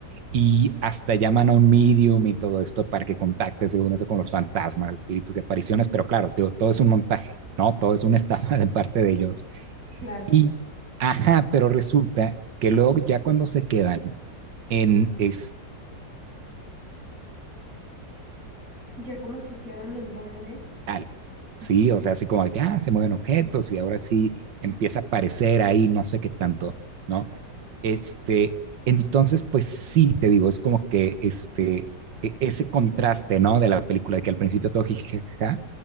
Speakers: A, on the right; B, on the left.
A: y hasta llaman a un medium y todo esto para que contacte, según eso, con los fantasmas, espíritus y apariciones, pero claro, todo, todo es un montaje, ¿no? Todo es una <laughs> estafa de parte de ellos.
B: Claro.
A: Y, ajá, pero resulta que luego ya cuando se quedan en, es,
B: ¿Ya cómo se quedan en dónde?
A: digitales, ¿sí? O sea, así como de que, ah, se mueven objetos y ahora sí empieza a aparecer ahí no sé qué tanto, ¿no? Este, entonces, pues sí, te digo, es como que este, e- ese contraste, ¿no? De la película, de que al principio todo jijijaja,